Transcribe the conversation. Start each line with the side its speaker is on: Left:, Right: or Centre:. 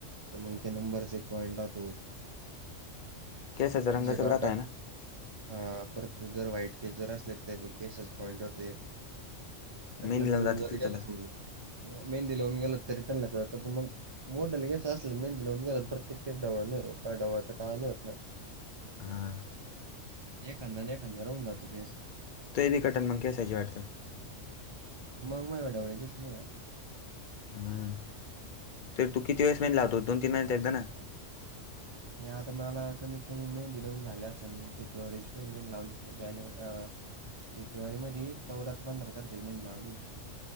Right: तर मग ते नंबरचा, एक पॉईंट राहतो.
Left: केसाचा
Right: ते
Left: रंगाचा
Right: ज्या डॉट-डॉट.
Left: राहत आहे ना
Right: हा, परत जर व्हाईट केस जर असले, ते केसाचा पॉइंट राहतो एक. टकलं
Left: मेहंदी
Right: करून
Left: लावून जातात
Right: जरी
Left: की तिथं
Right: गेलास समजा, मेहंदी लावून गेला, तरी त्यांना कळत, पण मग मोठाले केसं असले, मेहंदी लाऊन गेला, न प्रत्येक केस ढवळा नही, ढवळत काळा नही होत ना?
Left: हां.
Right: एखांदा, न एखांदा, राहून जातो, केस.
Left: ते बी कटन, मग केसाची वाटतं.
Right: मंग मायाव ढवळे केस नाय, हात?
Left: हम, तर तू किती वेळेस मेहंदी लावतो, दोन तीन महिन्यात एकदा ना?
Right: नाही आता माला, कमीत-कमी मेंदी लावून झाल्या असन, फेब्रुवारीची पहिली मेंदी लावली, ती ना जानेव् अ फेब्रुवारी मदि, चौदा का पंधरा तारखेला मेंदी लावली होती.